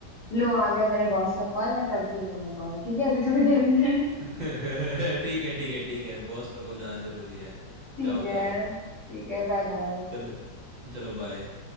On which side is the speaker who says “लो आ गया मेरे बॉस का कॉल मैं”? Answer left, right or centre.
Left